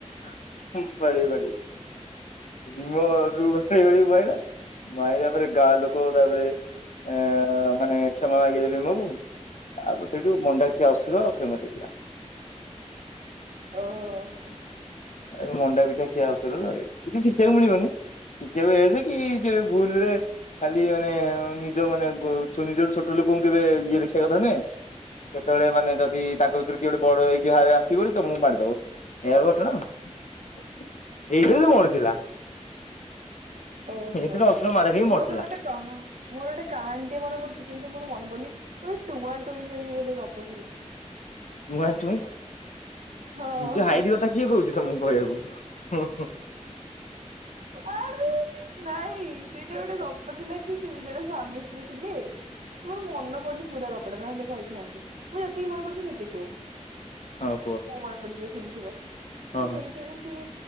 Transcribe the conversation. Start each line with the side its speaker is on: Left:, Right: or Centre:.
Left: <inaudible> ବାଡ଼େଇ ବାଡ଼େଇ। ଭିମ ଭାଇ ବାଡେଇ ବାଡେଇ ମିଇଲା। ଆଉ ତାପରେ ଗାଁ ଲୋକ ତାପରେ ଆ ମାନେ କ୍ଷମା ମାଗିଲେ ଜାଇ ତାକୁ। ତାପରେ ସେଇଠୁ ମଣ୍ଡାଖିଆ ଅସୁର ଫେମସ ହେଇଥିଲା।
Right: ଓହୋ।
Left: ଏ ମଣ୍ଡା ପିଠା ଖିଆ ଆସ କିଛିଷଶିଖିବାକୁ ମିଳିବନି। ଶିଖିବାକୁ ଯାଇଥି କି କେବେ ଭୁଲ ରେ ଖାଲି ମାନେ ନିଜ ମାନେ ନିଜର ଛୋଟ ଲୋକଙ୍କୁ କେବେ ଇଏ ଦେଖ ସେ କଥା ନୁହେଁ କେତେବେଳେ ମାନେ ଯଦି ତାଙ୍କ ଭିତରେ କିଏ ଗୋଟେ ବଡ ହେଇକି ଆସିବନି ତ ମୁଁ ମାରିଦବ। ଏ ଘଟଣା <inaudible> ଏଇଭଳି ମରିଥିଲା।
Right: ଓହୋ
Left: ଏଇଥିରେ ଅସୁର ମାଡ ଖାଇକି ମରିଥିଲା।
Right: ମୋର ଗୋଟେ କ ମୋର ଗୋଟେ କାହା ଟ ମନେ ପଡୁଛି କିନ୍ତୁ ମୋର ମନ ପଡୁନି। ଟୁଆଁ ଟୁଇଁ ଟୁଇଁ ଗୋଟେ ଗପ ଥିଲା। <inaudible>
Left: ଟୁଆଁ ଟୁଇଁ
Right: ହଁ।
Left: ନିଜ ହାଇଟ କଥା କିଏ କହୁଛି ତମକୁ କହିବାକୁ।
Right: ଆରେ ନାଇଁ ସେଇଟା ଗୋଟେ ଗପ ଥିଲା କି ସେ ଜଣେ ସ୍ୱାମୀ ମିସ୍ତ୍ରୀ ଥିଲେ। ମୋର ମନ ପଡୁନି ପୁରା କପଟା ନହେଲେ କହିଥାନ୍ତି। ମୁଁ ଯେତିକି ମନେ ପଡୁଛି ସେତିକି କହୁଛି।
Left: ଆଉ କୁହ।
Right: ଯିବ ଶୁଣିଥିବ ତ
Left: ହଁ
Right: ସେଇଥିରେ
Left: ହଁ।
Right: ସେ